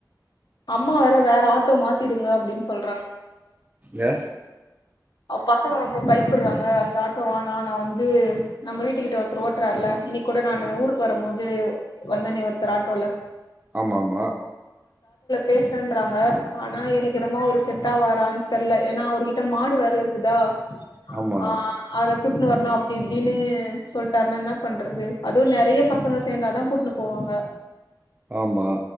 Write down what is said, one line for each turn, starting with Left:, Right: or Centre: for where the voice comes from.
Left: அம்மா வேற வேற ஆட்டோ மாத்திடுங்க அப்படின்னு சொல்ற
Right: ஏ
Left: பசங்க ரொம்ப பயப்புடுறாங்க அந்த ஆட்டோ வேணாம் நான் வந்து நம்ம வீட்டு கிட்ட ஒருத்தர் ஓட்டுறாருல இன்னிக் கூட நான் ஊருக்கு வரும் போது வந்தனே ஒருத்தர் ஆட்டோல
Right: ஆமா ஆமா
Left: பேசன்றறாங்க ஆனா எனக்கு என்னமொ ஒரு செட்டா வரான்னு தெரியல ஏன்னா அவர்கிட்ட மாடு வேர இருக்குதா
Right: ஆமா
Left: ஆஹ் அத கூட்டனு வரணா இப்படின்னு சொல்லிட்டாருனா என்ன பண்றது அதுவும் நிறைய பசங்க சேர்ந்தாதான் கூட்டிட்டு போவாங்க
Right: ஆமா